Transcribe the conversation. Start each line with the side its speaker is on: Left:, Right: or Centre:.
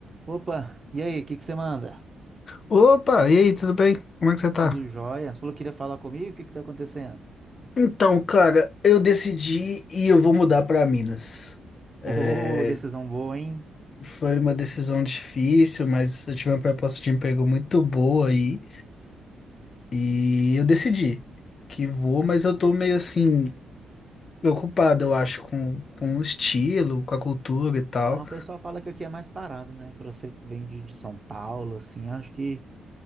Right: Opa, e aí, o que que você manda?
Left: Opa, e aí, tudo bem? Como é que você tá?
Right: Tudo jóia? Você falou que queria falar comigo? O que que tá acontecendo?
Left: Então, cara, eu decidi e eu vou mudar para Minas.
Right: Ô,
Left: É,
Right: decisão boa, hein?
Left: foi uma decisão difícil, mas eu tive uma proposta de emprego muito boa aí e eu decidi que vou, mas eu tô meio assim preocupado, eu acho, com, com o estilo, com a cultura e tal.
Right: Ah, o pessoal fala que aqui é mais parado, né? Pra você que vem de de São Paulo, assim, acho que